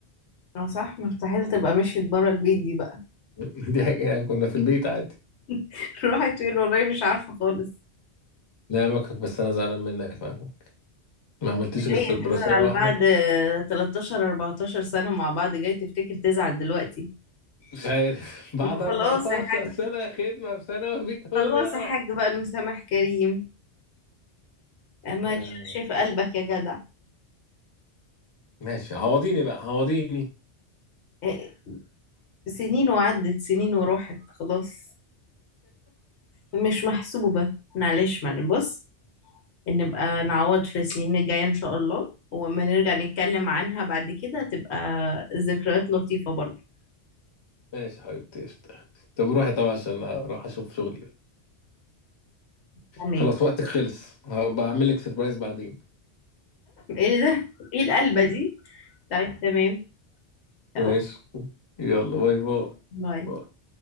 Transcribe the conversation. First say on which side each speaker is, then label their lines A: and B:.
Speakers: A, on the left; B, on the left.
A: اه صح مستحيل تبقى مشيت بره البيت دي بقى
B: <laughs> دي اكيد يعني كنا في البيت عادي
A: <laughs> راحت فين والله مش عارفة خالص
B: لا مكرك بس انا زعلان منك مكرك ما عملتيش غير
A: جاية
B: سيربراسية
A: تزعل
B: واحده
A: بعد 13 14 سنة مع بعض جاي تفتكر تزعل دلوقتي
B: مش عارف <laughs> بعد
A: ما
B: 14
A: خلاص يا حاج
B: سنه خدمه في ثانوي بتقول
A: خلاص
B: لي اه
A: يا حاج بقى المسامح كريم آه، ما
B: آه،
A: تشوفش في قلبك يا جدع
B: ماشي عوضيني بقى عوضيني
A: اه، سنين وعدت سنين وراحت خلاص مش محسوبة معلش معلش بص نبقى نعوض في السنين الجاية إن شاء الله وما نرجع نتكلم عنها بعد كده تبقى ذكريات لطيفة برضه
B: ماشي يا حبيبتي قشطة. طب روحي طبعا عشان اروح اشوف شغلي بقى.
A: تمام
B: خلاص وقتك خلص هبقى اعمل لك سيربرايز بعدين
A: ايه ده ايه القلبة دي طيب تمام
B: ماشي
A: أوه،
B: يلا باي باي
A: باي
B: باي.